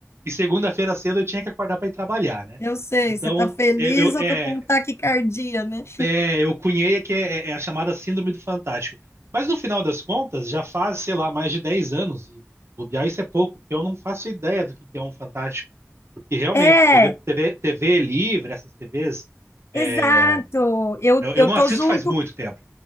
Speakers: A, on the right (about 55°); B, on the left (about 55°).
A: e segunda-feira cedo eu tinha que acordar para ir trabalhar, né?
B: eu sei,
A: Então,
B: você tá feliz,
A: eu, eu,
B: eu
A: eh,
B: tô com um taquicardia, né?
A: É, eu cunhei que é, é é a chamada Síndrome do Fantástico. Mas no final das contas, já faz, sei lá, mais de 10 anos, e bobear isso é pouco, porque eu não faço ideia do que que é um Fantástico. Porque realmente,
B: É,
A: TV, TV, TV livre, essas TVs,
B: exato.
A: é,
B: Eu,
A: eu,
B: eu
A: eu não
B: tô
A: assisto
B: junto
A: faz muito tempo.